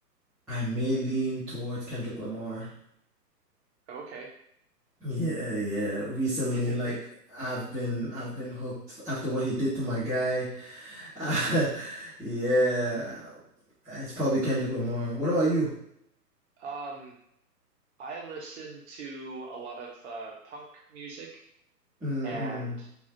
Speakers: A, in the centre; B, on the right.
A: I may lean towards Kendrick Lamar.
B: Okay.
A: Yeah, yeah. Recently,
B: <laughs>
A: like I've been I've been hooked after what he did to my guy. <laughs> yeah. It's probably Kendrick Lamar. What about you?
B: Um, I listen to a lot of uh, punk music,
A: Mm-mm.
B: and